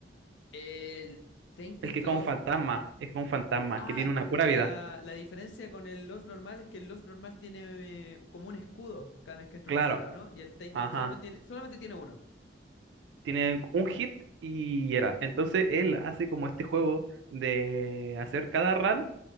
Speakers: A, on the left; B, on the right.
A: El Tainted
B: El que es
A: Lost.
B: como un fantasma, es como un fantasma,
A: Ah,
B: que tiene una
A: c-
B: pura
A: la,
B: vida.
A: la diferencia con el Lost normal es que el Lost normal tiene eh, como un escudo cada vez que entra
B: Claro.
A: a una sala, ¿o ¿no? Y el Tainted
B: Ajá.
A: Lost solamente tiene, solamente tiene uno.
B: tiene un hit y era. Entonces él hace como este juego de hacer cada run